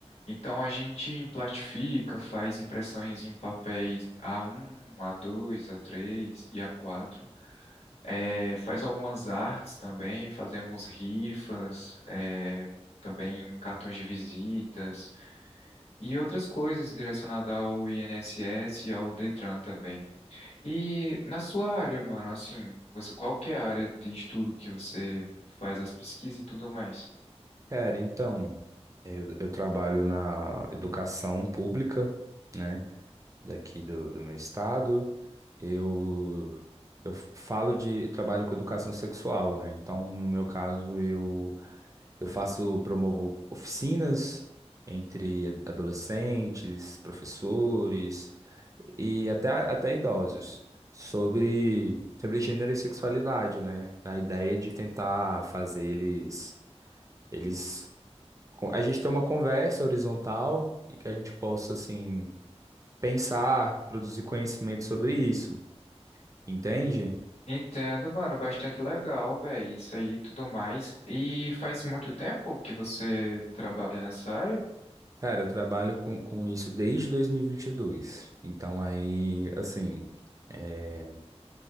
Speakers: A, on the left; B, on the right.
A: Então a gente plastifica, faz impressões em papéis A1, A2, A3 e A4. É, faz algumas artes também, fazemos rifas, é, também cartões de visitas e outras coisas direcionadas ao INSS e ao Detran também. E na sua área, mano, assim, você, qual que é a área de estudo que você faz as pesquisas e tudo mais?
B: Cara, então, eu, eu trabalho na educação pública, né? Daqui do, do meu estado. Eu, eu falo de, trabalho com educação sexual, né? Então, no meu caso, eu Eu faço, promovo oficinas entre a- adolescentes, professores e até, até idosos sobre, sobre gênero e sexualidade, né? Na ideia de tentar fazer eles, eles... A gente ter uma conversa horizontal e que a gente possa, assim, pensar, produzir conhecimento sobre isso, entende?
A: Entendo, mano, bastante legal, velho, isso aí e tudo mais. E faz muito tempo que você trabalha nessa área?
B: Cara, eu trabalho com, com isso desde dois mil e e vinte e dois. Então aí, assim... é,